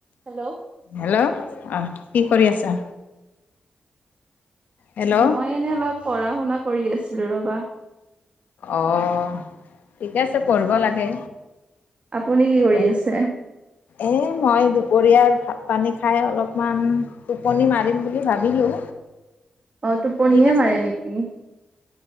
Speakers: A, on the right; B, on the left.
A: Hello
B: hello অ' কি কৰি আছা? হেল্ল'
A: মই এনেই অলপ পঢ়া শুনা কৰি আছিলো ৰবা।
B: অ', ঠিকে আছে পঢ়িব লাগে।
A: আপুনি কি কৰি
B: পঢ়ি
A: আছে?
B: এ মই দুপৰীয়াৰ ভাত পানী খাই অলপমান টোপনি মাৰিম বুলি ভাবিলো।
A: অ' টোপনিহে
B: ঠিক আছে
A: মাৰে নেকি?